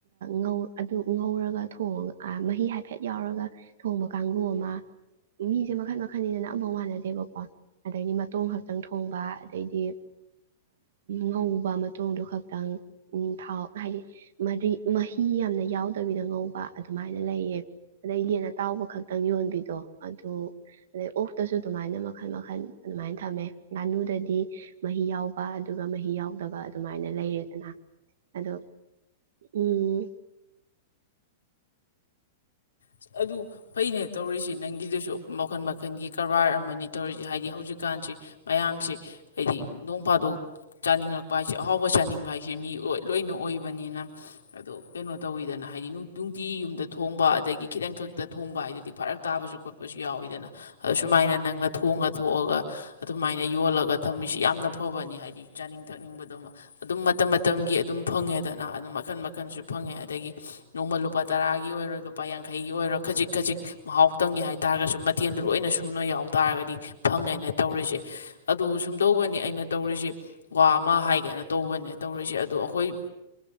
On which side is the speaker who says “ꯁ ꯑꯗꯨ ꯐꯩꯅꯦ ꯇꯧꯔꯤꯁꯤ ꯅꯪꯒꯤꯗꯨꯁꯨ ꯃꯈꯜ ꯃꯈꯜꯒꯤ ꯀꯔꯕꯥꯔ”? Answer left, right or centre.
Left